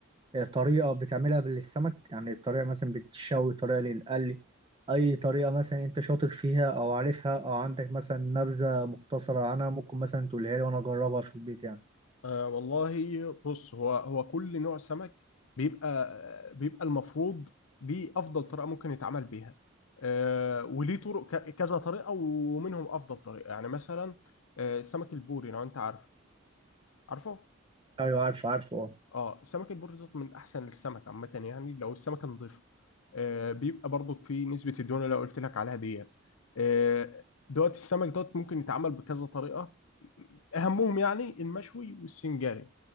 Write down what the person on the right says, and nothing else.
آه، طريقة بتعملها للسمك يعني طريقة مثلا بتشوي طريقة للقلي اي طريقة مثلا انت شاطر فيها او عارفها او عندك مثلا نبذة مختصرة عنها ممكن مثلا تقولها لي وانا اجربها في البيت يعني
ايوه عارفه عارفه اه